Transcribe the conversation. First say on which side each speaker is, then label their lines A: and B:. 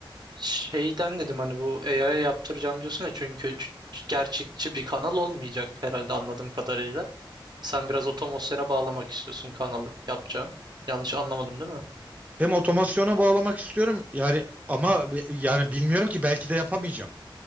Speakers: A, on the right (about 55°); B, on the right (about 15°).
A: şeyden dedim hani bu AI'ya yaptıracağım diyorsun ya çünkü ç- gerçekçi bir kanal olmayacak herhalde anladığım kadarıyla. Sen biraz otomasyona bağlamak istiyorsun kanalı yapacağın. Yanlış anlamadım değil mi?
B: Hem otomasyona bağlamak istiyorum yani ama bi- yani bilmiyorum ki belki de yapamayacağım.